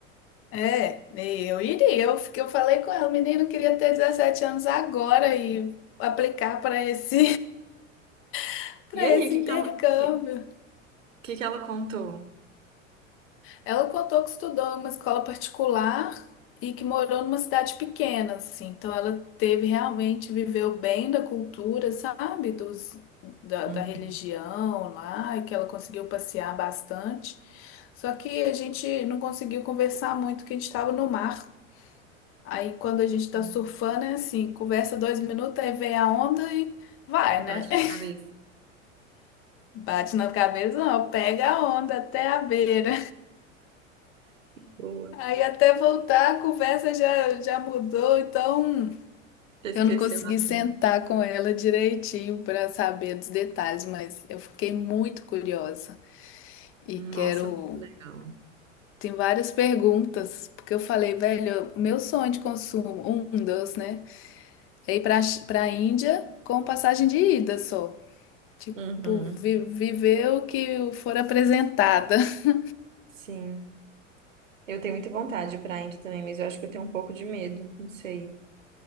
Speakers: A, on the left; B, on the right.
A: É, nem eu iria. Eu, fiquei- eu falei com ela, o menino queria ter 17 anos agora e aplicar para esse, <laughs> para
B: E aí,
A: esse
B: o que
A: intercâmbio.
B: que ela, o que que ela contou?
A: Ela contou que estudou em uma escola particular e que morou numa cidade pequena, assim. Então ela teve realmente, viveu bem da cultura, sabe? Dos, da,
B: Uhum.
A: da religião lá, e que ela conseguiu passear bastante. Só que a gente não conseguiu conversar muito, que a gente estava no mar. Aí quando
B: Uhum.
A: a gente tá surfando é assim, conversa dois minutos, aí vem a onda e vai,
B: E bate
A: né? <laughs>
B: na cabeça.
A: Bate na cabeça, não, pega a onda até a beira.
B: Boa.
A: Aí até voltar a conversa já, já mudou, então
B: Já esqueceu
A: eu não consegui
B: o assunto.
A: sentar com ela direitinho para saber dos detalhes, mas eu fiquei muito curiosa e
B: Nossa,
A: quero.
B: muito legal.
A: Tem várias perguntas, porque eu falei, velho, meu sonho de consumo, um dos, né? É ir para para Índia com passagem de ida só. Tipo,
B: Uhum.
A: vi- viver o que for apresentada. <laughs>
B: Sim. Eu tenho muita vontade para a Índia também, mas eu acho que eu tenho um pouco de medo, não sei.